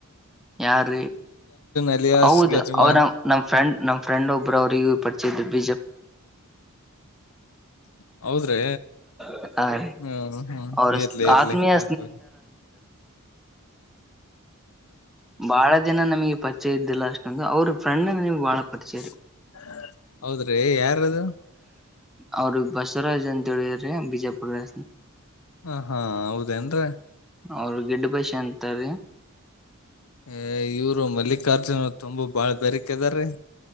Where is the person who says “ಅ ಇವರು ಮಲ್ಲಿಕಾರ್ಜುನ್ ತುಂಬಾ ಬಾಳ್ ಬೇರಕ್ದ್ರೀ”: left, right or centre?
Left